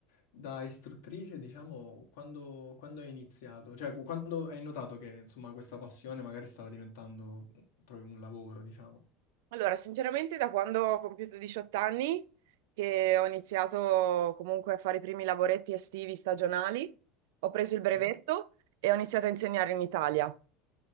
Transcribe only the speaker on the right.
Allora, sinceramente da quando ho compiuto 18 anni che ho iniziato comunque a fare i primi lavoretti estivi stagionali, ho preso il brevetto
e ho iniziato a insegnare in Italia.